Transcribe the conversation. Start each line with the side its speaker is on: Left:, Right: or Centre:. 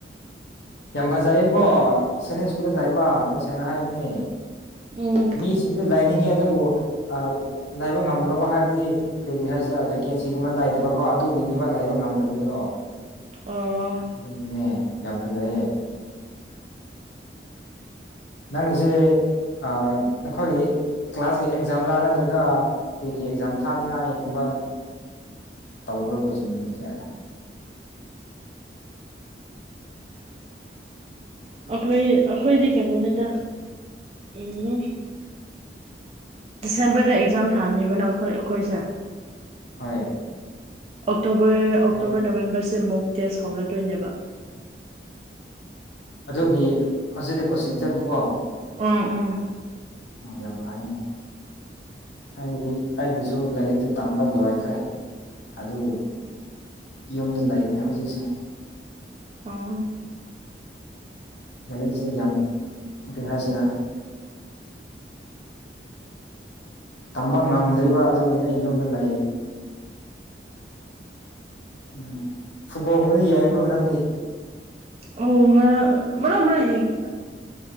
Left: ꯌꯥꯝ ꯐꯖꯩꯌꯦꯀꯣ ꯁꯥꯏꯅꯤꯛ ꯁ꯭ꯀꯨꯜꯗ ꯂꯥꯏꯕ ꯇꯁꯦꯡꯅ ꯍꯥꯏꯕꯅꯦ
Right: ꯎꯝ
Left: ꯃꯤꯁꯤꯡꯁꯨ ꯂꯩꯅꯤꯡꯉꯤ ꯑꯗꯨꯕꯨ ꯑ ꯂꯩꯕ ꯉꯝꯗꯕꯀꯣ ꯍꯥꯏꯕꯗꯤ ꯀꯩ ꯀꯩ ꯍꯥꯏꯁꯤꯔꯥ ꯚꯦꯀꯦꯟꯁꯤꯒꯨꯝꯕ ꯂꯩꯇꯕꯀꯣ ꯑꯗꯨꯒꯤꯅꯤꯕ ꯂꯩꯕ ꯉꯝꯗꯕꯗꯣ
Right: ꯑꯣ
Left: ꯑꯗꯨꯒꯤꯅꯦ ꯌꯥꯝ ꯐꯖꯩꯌꯦ ꯅꯪꯖꯦ ꯑ ꯅꯈꯣꯏꯒꯤ ꯀ꯭ꯂꯥꯁꯀꯤ ꯑꯦꯛꯖꯥꯝꯂꯥ ꯅꯠꯇ꯭ꯔꯒ ꯀꯩ ꯀꯩ ꯑꯦꯛꯖꯥꯝ ꯊꯥꯅꯤꯡꯉꯥꯏꯒꯨꯝꯕ ꯇꯧꯕ꯭ꯔꯥ ꯀꯣꯆꯤꯡꯁꯤꯡꯁꯦ
Right: ꯑꯈꯣꯏ ꯑꯈꯣꯏꯗꯤ ꯀꯩꯅꯣꯅꯤꯗ ꯎꯝ ꯗꯤꯁꯦꯝꯕꯔꯗ ꯑꯦꯛꯖꯥꯝ ꯊꯥꯅꯤꯕ ꯅꯥꯎ ꯑꯈꯣꯏ ꯑꯈꯣꯏꯁꯦ
Left: ꯍꯣꯏ
Right: ꯑꯣꯛꯇꯣꯕꯔ ꯑꯣꯛꯇꯣꯕꯔ
Left: ꯑꯣ
Right: ꯅꯕꯦꯝꯕꯔꯁꯦ ꯃꯣꯛ ꯇꯦꯁ ꯍꯧꯔꯗꯣꯏꯅꯦꯕ
Left: ꯑꯗꯨꯒꯤ ꯍꯧꯖꯤꯛꯇꯤ ꯀꯣꯆꯤꯡ ꯆꯠꯄꯀꯣ
Right: ꯑꯝ ꯎꯝ
Left: ꯑꯣ ꯌꯥꯝ ꯐꯥꯏꯌꯦꯅꯦ ꯑꯩꯒꯤꯗꯤ ꯑꯩꯒꯤꯁꯨ ꯂꯥꯏꯔꯤꯛꯇꯤ ꯇꯝꯕ ꯂꯣꯏꯈ꯭ꯔꯦ ꯑꯗꯨ ꯌꯨꯝꯗ ꯂꯩꯕꯅꯤ ꯍꯧꯖꯤꯛꯁꯦ
Right: ꯎꯝ
Left: ꯂꯥꯏꯔꯤꯛꯁꯦ ꯌꯥꯝ ꯀ꯭ꯔꯤ ꯍꯥꯏꯁꯤꯔ ꯇꯝꯕ ꯉꯝꯗ꯭ꯔꯤꯕ ꯑꯗꯨꯒꯤ ꯑꯩ ꯌꯨꯝꯗ ꯂꯩꯔꯤ ꯑꯗꯨꯅꯦ ꯐꯨꯠꯕꯣꯜꯒꯨꯝꯕꯗ ꯌꯦꯡꯕ꯭ꯔꯣ ꯅꯪꯗꯤ
Right: ꯎꯝ ꯉꯔꯥꯡ ꯃꯔꯛ ꯃꯔꯛ ꯌꯦꯡꯒꯤꯗ